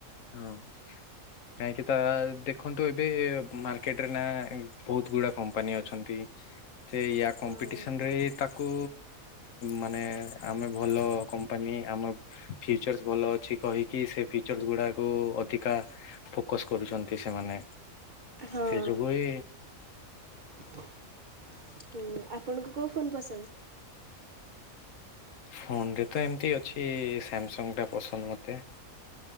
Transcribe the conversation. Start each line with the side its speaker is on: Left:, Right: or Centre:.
Left: ହଁ। କାହିଁକି ତା ଦେଖନ୍ତୁ ଏବେ ମାର୍କେଟ ରେ ନା ବହୁତଗୁଡା କମ୍ପାନୀ ଅଛନ୍ତି। ସେୟା କମ୍ପିଟିସନରେ
Right: ହଁ
Left: ତା କୁ ମାନେ ଆମେ ଭଲ କମ୍ପାନୀ ଆମ ଫିୁଚର୍ସ ଭଲଅଛି। କହିକି ସେ ଫିଚର୍ ଗୁଡା କୁ ଅଧିକା ଫୋକସ କରୁଛନ୍ତି ସେମାନେ,
Right: ହଁ
Left: ସେ ଯୋଗୁ ହି
Right: ହୁଁ, ଆପଣଙ୍କୁ କୋଉଁ ଫୋନ୍ ପସନ୍ଦ? <inaudible>
Left: ଫୋନରେ ତ ଏମିତି ଅଛି ସାମସଙ୍ଗଟା ପସନ୍ଦ ମତେ।